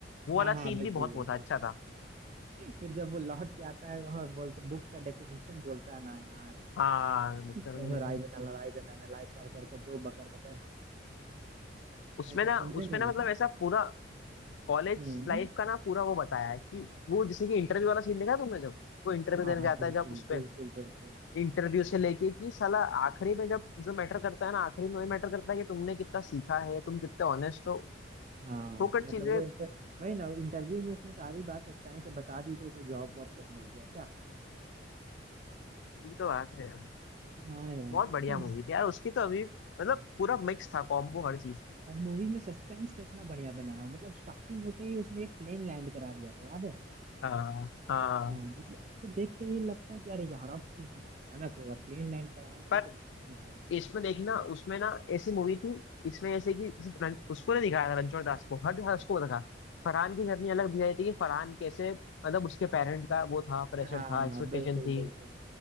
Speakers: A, on the left; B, on the right.
A: वो
B: हाँ
A: वाला
B: हाँ
A: सीन
B: बिल्कुल
A: भी बहुत
B: बिल्कुल
A: वो था अच्छा था
B: <laughs> फिर जब वो लौट के आता है वहां बोलते बुक का डेफिनेशन बोलता है ना यार
A: हाँ मुक्का
B: समराइज
A: नंदन एकदम।
B: एनालाइज एंड एनालाइज कर करके जो बकर बकर
A: उसमें
B: ऐसा
A: ना
B: सुनने
A: उसमें
B: में
A: ना
B: वो
A: मतलब ऐसा पूरा कॉलेज
B: हम्म
A: लाइफ का ना पूरा वो बताया है कि वो जैसे कि इंटरव्यू वाला सीन देखा है तुमने जब वो इंटरव्यू
B: हाँ
A: देने
B: हाँ
A: जाता
B: बिल्कुल
A: है जब उस पे
B: बिल्कुल बिल्कुल
A: इंटरव्यू से लेके कि साला आखिरी में जब जो मैटर करता है ना आखिरी में वही मैटर करता है कि तुमने कितना सीखा है तुम कितने ऑनेस्ट हो
B: हाँ
A: फोकट
B: मतलब
A: चीजें
B: वो इंटर वही ना इंटरव्यू में उसने सारी बात सच्चाई से बता दी तो उसे जॉब वॉब सब मिल गया क्या
A: ये तो बात है
B: हाँ यार
A: बहुत बढ़िया मूवी थी यार उसकी तो अभी मतलब पूरा मिक्स था कॉम्बो हर चीज का
B: हर मूवी में सस्पेंस कितना बढ़िया बनाया है। मतलब स्टार्टिंग होते ही उसने एक प्लेन लैंड करा दिया था याद है
A: हाँ हाँ
B: हाँ मतलब उसको देख के ये लगता है कि अरे यार अब कुछ भयानक होगा प्लेन लैंड कराया है, मतलब
A: पर
B: कुछ भयानक होगा
A: इसमें देखना उसमें ना ऐसी मूवी थी इसमें ऐसे कि जैसे रन- उसको नहीं दिखाया था रणछोड़ दास को हर दास को दिखा फरहान की जर्नी अलग दिखाई थी कि फरहान कैसे मतलब उसके पेरेंट का वो था प्रेशर
B: हाँ
A: था एक्सपेक्टेशन
B: बिल्कुल
A: थी
B: बिल्कुल